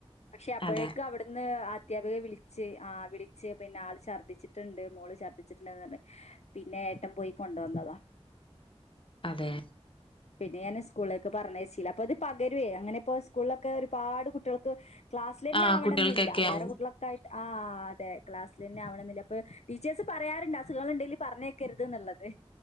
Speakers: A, on the left; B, on the left.
A: പക്ഷെ അപ്പോഴേക്കും
B: അതെ
A: അവിടുന്ന് അധ്യാപകെ വിളിച്ച് ആ് വിളിച്ച് പിന്നെ ആള് ഛർദ്ദിച്ചിട്ടുണ്ട് മോള് ഛർദ്ദിച്ചിട്ടുണ്ട്ന്ന് പറ പിന്നെ ഏട്ടം പോയി കൊണ്ട വന്നതാ
B: അതെ
A: പിന്നെ ഞാന് സ് കൂളിലൊക്കെ പറഞ്ഞച്ചീല അപ്പൊ അത് പകരുവേ അങ്ങനെ ഇപ്പോ സ്കൂളിലൊക്കെ ഒരുപാട് കുട്ടികൾക്ക് ക്ലാസ്സിൽന്നെ
B: ആഹ്
A: ആവണം
B: കുട്ടികൾക്കൊക്കെ
A: ന്നില്ല വേറെ
B: ആവും
A: കുട്ടികളക്ക ആട്ട് ആ അതെ ക്ലാസ്സൽ തന്നെ ആവണെന്നില്ല അപ്പൊ ടീച്ചേഴ്സ് പറയാറുണ്ട് അസുഖങ്ങളുണ്ടലും പറഞ്ഞേക്കരുത് എന്നുള്ളത്